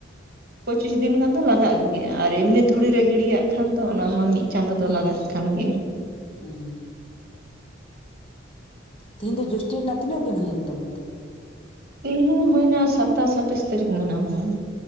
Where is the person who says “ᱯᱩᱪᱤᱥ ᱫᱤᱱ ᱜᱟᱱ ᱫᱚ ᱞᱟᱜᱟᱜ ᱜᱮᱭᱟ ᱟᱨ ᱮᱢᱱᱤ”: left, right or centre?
Right